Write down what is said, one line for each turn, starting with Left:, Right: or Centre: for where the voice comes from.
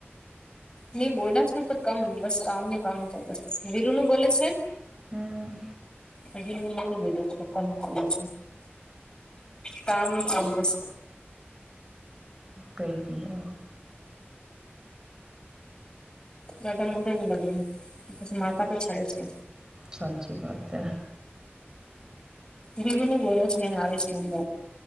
Left: નઈ બોલા જ ન પણ કામ બસ કામ ન કામ છે બસ વિીરુ નું બોલે છે
Right: હમ
Left: આજે નને બોલો સકલ ચલે છે કામ કામ જસ્
Right: કઈલી હ
Left: જદા મોઢે ન લગેછ માતા પે છાડે છે
Right: સાચી વાત હ
Left: બીરુ ું બોલો છે એને આવીશ કેમ ગ